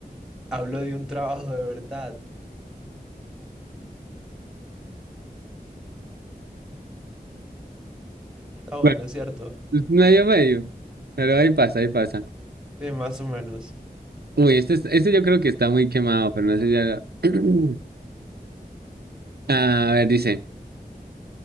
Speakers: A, in the centre; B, on the right.
A: hablo de un trabajo de verdad. Está
B: Bueno,
A: bueno, ¿cierto?
B: medio, medio. Pero ahí pasa, ahí pasa.
A: Sí, más o menos.
B: Uy, este, es- este yo creo que está muy quemado, pero no sé si ya lo- <clears throat> A ver, dice,